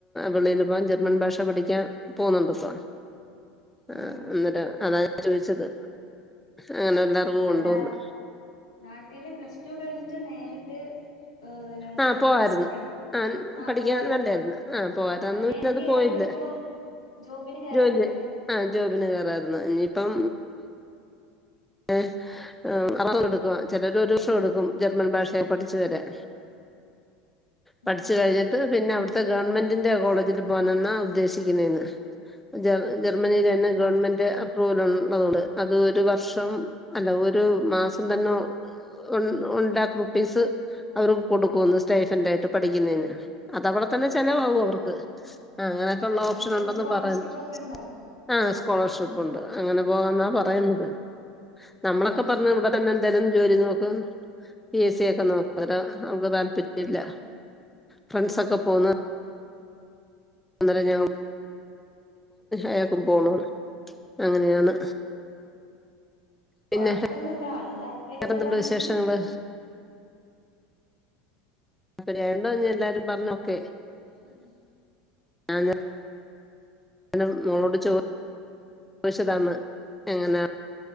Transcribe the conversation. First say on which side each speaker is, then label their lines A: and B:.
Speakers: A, in the centre; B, on the left.
A: വെളിൽി പോകാൻ ജർമ്മൻ ഭാഷ പഠിക്കാൻ പോുന്നുണ്ട് ഇപ്പൊ. ആ
B: ആഹ്
A: അന്നേരം അതാ ഞാൻ ചോദിച്ചത് അങ്ങനെ എല്ലാ റും പോണുണ്ടോ
B: അല്ല
A: ന്ന്.
B: നാട്ടില് പ്ലസ്്ടടു കഴിഞ്ഞിട്ട് നേരിട്ട്. ഹ നഴ്സിംഗ്
A: ആ പോവായിരുന്നു
B: പഠി..
A: ആ
B: ആഹ്
A: പഠിക്കാൻ
B: പോവായിരുന്നു
A: നല്ലായിരുന്നു ആഹ പോയ്ത
B: അങ്ങനെയാണെങ്കിൽ
A: അന്ന്
B: അയാൾക്കിപ്പോ
A: പോയില്ല.
B: ജോബിന് കേറായിരുന്നില്ലേ
A: ജോലി ആ ജോബിിന കയറായിരുന്നു ഇനിയിപ്പം. ഏ അറ എടുക്കു ചിലര് ഒരു വർഷം എടുക്കും ജർമ്മൻ ഭാഷയെ പഠിച്ചു വരാൻ. പഠിച്കഴിഞ്ഞിട്ട്
B: ആഹ്
A: പിന്നെ അവി. ഇത്തെ ഗവൺമെന്റിന്റെ കോളേജിൽ പോകാനെന്നാണ് ഉദ്ദേശിക്കുന്നേന്ന്.. ജ ജർമ്മനിൽ
B: ആഹ്
A: തന്നെ ഗവൺമെന്റ് അപ്രൂവൽ ഉള്ളതോട് അത് ഒരു വർഷം. വം അല്ല ഒരു മാസം തന്നെ. ഒൺ ണ്ടാക്ക് റുപ്പീസ് അവർ കൊടുക്കുംന്ന് സ്റ്റൈഫന്റ ആയിട്ട് പഠിക്കുന്നതിന് അതവിടെ. തന്നെ ചില വാക്കും
B: ആഹ്
A: അവർക്ക് അങ്ങനൊക്കെ ഉള്ള
B: ആഹ്
A: ഓപ്ഷൻ
B: എന്തേലും
A: ഉണ്ടന്ന്
B: സ്കോളർഷിപ്പ്
A: പറയുന്നു.
B: ഒക്കെ ഉണ്ടാവും
A: ആഹ സ്കോളർഷിപ്പ് ഉണ്ട് അങ്ങനെ പോകെന്നാ പറയുന്നത്. നമ്മളൊക്കെ
B: ആഹ്
A: പറഞ്ഞ ഇവിടെ തന്നെ എന്തായാലും. ജോലി നോക്കും പി എസ് സി ഒക്കെ നോക്കും അത് അവർക്ക് താല്പര്യില്ല. ഫ്രണ്ട്സൊക്കെ
B: ആഹ്
A: പോന്ന്. അന്ദര ഞം അയാക്കും പോണം അങ്ങനെയാണ്. പിന്നെ
B: കൊഴപ്പൊന്നുമല്ല ആൾക്ക് താല്പര്യംള്ളതാണെങ്കിൽ.
A: വേറെന്തുണ്ട് വിശേഷങ്ങള് അപ്പേണ്ടോ എല്ലാരും പറഞ്ഞോക്കെ.
B: ഉഹ
A: ആ അ മോളോട് ചോ ചോദിച്ചതാണ് എങ്ങനാ.